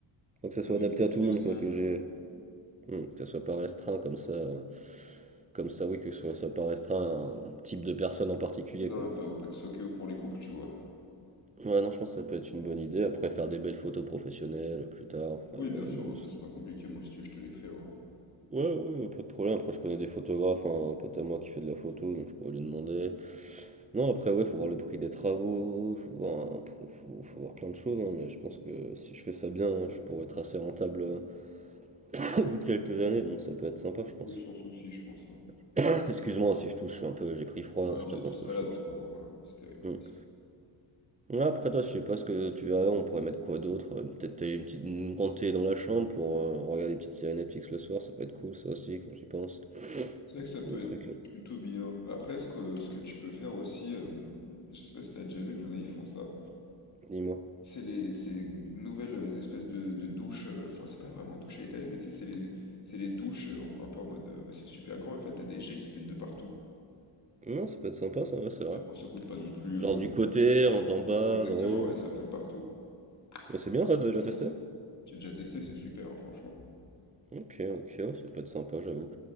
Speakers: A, on the right (about 20°); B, on the left (about 35°).
A: Faut que
B: Faudrait
A: ça soit adapté
B: pas
A: à
B: viser
A: tout le monde,
B: tout
A: quoi,
B: le
A: que
B: monde.
A: j'ai.
B: euh, ouais.
A: Hmm, que ça soit pas restreint comme ça. euh, Comme ça, oui, que ce soit, ça pas restreint à un type de personne en particulier,
B: Non,
A: quoi.
B: pas au Paxokeo pour les couples, tu vois.
A: Ouais, non, je pense que ça peut être une bonne idée. Après, faire des belles photos professionnelles plus tard, faire
B: Oui,
A: une
B: bien
A: belle annonce.
B: sûr, bon, ça c'est pas compliqué, moi, si tu veux, je te les fais hein.
A: Ouais, ouais, ouais, pas de problème. Après, je connais des photographes, hein, un pote à moi qui fait de la photo, donc je pourrais lui demander. Non, après, ouais, faut voir le prix des travaux, faut voir, un pr- faut, faut voir plein de choses, hein, mais je pense que si je fais ça bien, hein, je pourrais être assez rentable euh, <clears throat> au bout de quelques années, donc ça peut être sympa, je pense.
B: Oui, sans souci, je pense. hein.
A: <coughs> <clears throat> Excuse-moi si je touche, je suis un peu, j'ai pris froid,
B: Ouais,
A: hein, je
B: on
A: t'avoue,
B: est tous
A: entre le
B: malades
A: choc.
B: en ce moment, là. C'est terrible.
A: Mm. Ouais, après, toi, je sais pas ce que tu verras, on pourrait mettre quoi d'autre? euh, Peut-être télé- une petite, une grande télé dans la chambre pour euh, regarder des petites séries Netflix le soir, ça peut être cool, ça aussi, quand j'y pense.
B: C'est vrai que ça peut
A: Le truc,
B: être
A: euh,
B: plutôt bien. Après, ce que, ce que tu peux faire aussi, euh, je sais pas si t'as déjà vu, mais il y en a, ils font ça.
A: dis-moi.
B: C'est les, c'est les nouvelles euh, espèces de, de douches, euh, enfin, c'est pas vraiment douche à l'italienne, mais tu sais, c'est les, c'est les douches euh, un peu en mode, euh, bah, c'est super grand, en fait, t'as des jets qui viennent de partout.
A: Non, ça peut être sympa, ça, ouais, c'est vrai.
B: Et après, ça coûte pas non plus.
A: Genre
B: euh,
A: du côté, en d'en bas,
B: Exactement,
A: d'en haut.
B: ouais, ça vient de partout.
A: Mais c'est
B: Ça,
A: bien
B: c'est
A: ça,
B: intéressant,
A: t'as déjà testé?
B: ça. J'ai déjà testé, c'est super, hein, franchement.
A: Ok, ok, ouais, ça peut être sympa, j'avoue.